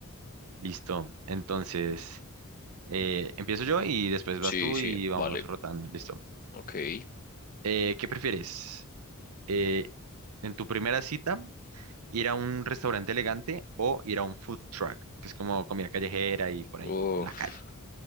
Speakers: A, on the right; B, on the left.
A: Listo. Entonces eh, empiezo yo y después
B: Sí,
A: vas tú
B: sí,
A: y vamos
B: vale.
A: rotando. Listo.
B: Ok.
A: Eh, ¿qué prefieres? Eh, en tu primera cita, ir a un restaurante elegante o ir a un food truck, que es como comida callejera y por
B: Uf,
A: ahí, en la calle.